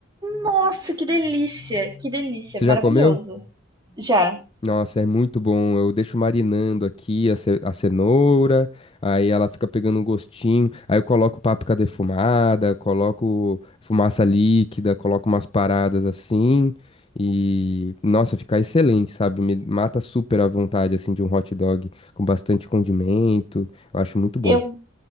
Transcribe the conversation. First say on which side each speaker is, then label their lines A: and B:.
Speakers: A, on the right; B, on the left.
A: Nossa, que delícia! Que delícia!
B: Você
A: Maravilhoso.
B: já comeu?
A: Já.
B: Nossa, é muito bom. Eu deixo marinando aqui a, ce- a cenoura, aí ela fica pegando um gostinho. Aí eu coloco páprica defumada, coloco fumaça líquida, coloco umas paradas assim. E, nossa, fica excelente, sabe? Me mata super a vontade, assim, de um hot dog com bastante condimento. Eu acho muito bom.
A: Eu,